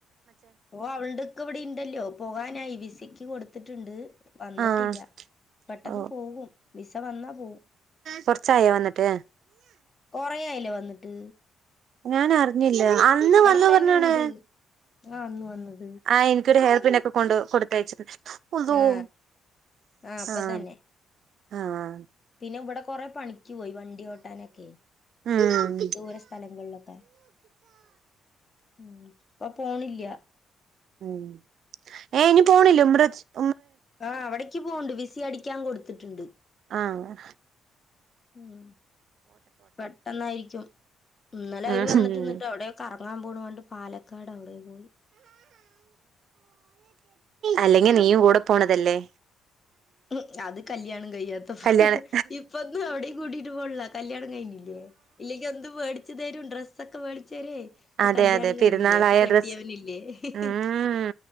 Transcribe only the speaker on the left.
ഓ അവൾടെ ഇക്ക ഇവിടെ ഇണ്ടല്ലോ പോവാനായി വി സക്ക് കൊടുത്തിട്ടുണ്ട് വന്നിട്ടില്ല
പെട്ടെന്ന്
പോകും വിസ വന്നാ പോവും
കൊറേ ആയില്ലേ വന്നിട്ട്
ഇവിടെ
തന്നെ
ഇണ്ട് ആ അന്ന് വന്നത്
ആ ആ അപ്പൊ
തന്നെ
പിന്നെ ഇവിടെ കൊറെ പണിക്ക് പോയി വണ്ടി ഒട്ടാനൊക്കെ
ദൂര സ്ഥലങ്ങളിലൊക്കെ ഉം ഇപ്പൊ പോണില്ലാ
ആ അവിടെക്ക് യ് പോണുണ്ട് വിസി അടിക്കാൻ കൊടുത്തിട്ടുണ്ട്
ഹ്മ്മ് പെട്ടെന്നായിരിക്കും ഇന്നലെ
അവര് വന്നിട്ട്ന്നിട്ട് അവിടെ കറങ്ങാൻ പോണണ്ട് പാലക്കാട് അവിടെ പോയി
ഉം അത് കല്യാണം കഴ്യാത്തൊപ്പൊ
ഇപ്പൊന്നും എവിടെയും കൂട്ടീട്ട് പോണില്ല കല്യാണം കഴിഞ്ഞില്ലേ ഇല്ലെങ്കി എന്തുംമേടിച്ചുതരും ഡ്രസ്സൊക്കെേമേടി ചെരി ഇപ്പൊ
കല്യാണം
കഴിഞ്ഞില്ലേ
അപ്പൊ കെട്ടിയോനില്ലേ
ഹ്ഹ്ഹ്